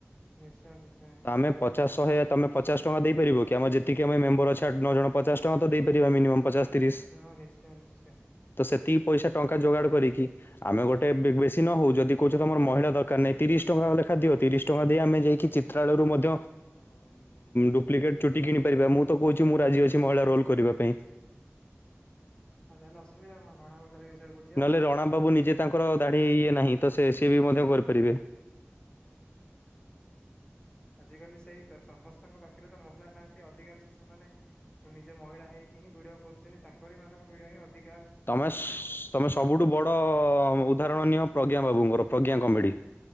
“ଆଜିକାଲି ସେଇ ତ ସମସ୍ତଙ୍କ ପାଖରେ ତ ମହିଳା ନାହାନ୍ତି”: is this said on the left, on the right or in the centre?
Left